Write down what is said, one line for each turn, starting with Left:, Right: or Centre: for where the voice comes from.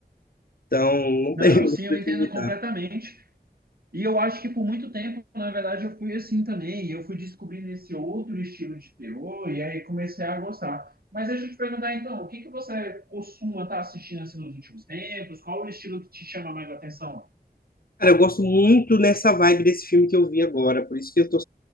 Left: Então, não
Right: Não,
Left: tenho,
Right: sim,
Left: <laughs>
Right: eu
Left: não
Right: entendo
Left: te indicar.
Right: completamente. E eu acho que por muito tempo, na verdade, eu fui assim também. E eu fui descobrindo esse outro estilo de terror e aí comecei a gostar. Mas deixa eu te perguntar então, o que que você costuma estar assistindo assim nos últimos tempos? Qual o estilo que te chama mais a atenção?
Left: Cara, eu gosto muito nessa vibe desse filme que eu vi agora, por isso que eu tô,